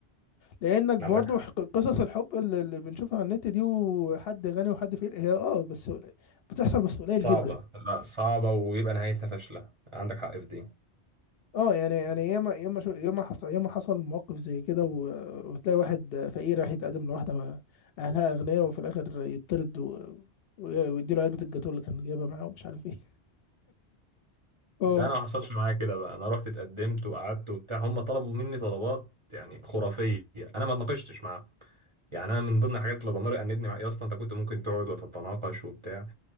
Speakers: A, on the left; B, on the right.
A: لانك برضو
B: عندك حق
A: ح- قصص الحب اللي اللي بنشوفها على النت دي وحد غني وحد فقير هي اه بس بتحصل بس قليل
B: صعبه
A: جدا
B: لا صعبه ويبقى نهايتها فاشله عندك حق في دي
A: اه يعني يعني ياما ياما شو ياما حصل ياما حصل مواقف زي كده و- وتلاقي واحد فقير راح يتقدم لواحدة أهلها أغنياء وفي الآخر يطرد و- و- ويديله علبة الجاتوه اللي كان جايبها معاه ومش عارف ايه اه
B: لا انا ما حصلش معايا كده بقى انا رحت اتقدمت وقعدت وبتاع هم طلبوا مني طلبات يعني خرافيه انا ما اتناقشتش معاهم يعني انا من ضمن الحاجات اللي ضميري انبني مع يا اسطى انت كنت ممكن تقعد وتتناقش وبتاع